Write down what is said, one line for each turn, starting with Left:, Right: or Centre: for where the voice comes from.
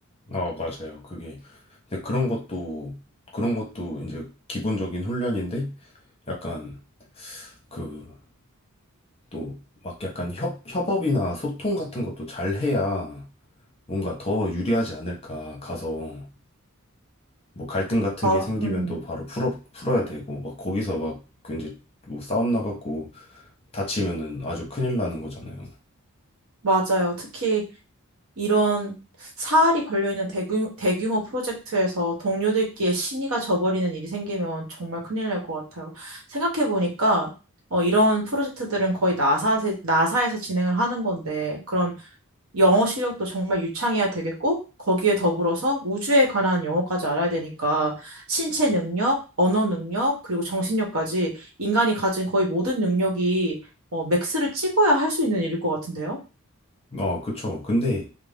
Left: 어, 맞아요. 그게 근데 그런 것도 그런 것도 이제 기본적인 훈련인데 약간 그 또 막 약간 협 협업이나 소통 같은 것도 잘 해야 뭔가 더 유리하지 않을까 가서 뭐 갈등 같은
Right: 아,
Left: 게 생기면
Right: 음,
Left: 또 바로 풀어 풀어야 되고 막 거기서 막그 이제 뭐 싸움 나갖고 다치면은 아주 큰일 나는 거잖아요.
Right: 맞아요. 특히 이런 사활이 걸려있는 대규, 대규모 프로젝트에서 동료들끼리 신의가 져버리는 일이 생기면 정말 큰일 날 것 같아요. 생각해보니까 어, 이런 프로젝트들은 거의 나사에서, 나사에서 진행을 하는 건데, 그럼 영어 실력도 정말 유창해야 되겠고, 거기에 더불어서 우주에 관한 영어까지 알아야 되니까, 신체 능력, 언어 능력, 그리고 정신력까지 인간이 가진 거의 모든 능력이 어, 맥스를 찍어야 할 수 있는 일일 것 같은데요?
Left: 어, 그쵸. 근데